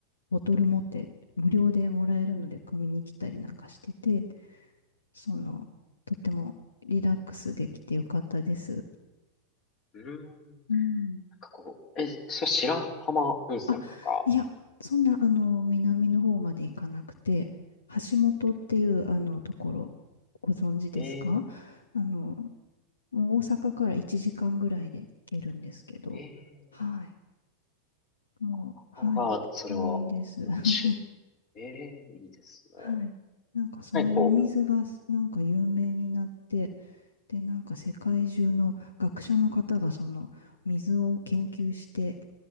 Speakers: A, on the left; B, on the left.
A: ボトル持って無料でもらえるので、汲みに来たりなんかしてて、その、とってもリラックスできてよかったです。
B: うーん、なん
A: うん。
B: かこう、え、そう白浜温泉とか、
A: あ、いや、そんな、あの、南の方まで行かなくて、橋本っていう、あの、ところ、ご存知ですかあの、
B: ええ、
A: もう大阪から1時間ぐらいで行けるんですけど、
B: ええ、
A: はい。もう、
B: なかなか、
A: はい。とってもいいです。
B: それは、よし、
A: <laughs>
B: ええ、いいですね。
A: はい。なんか、そのお水が、
B: なんかこう、
A: なんか有名になって、で、なんか世界中の学者の方がその水を研究して、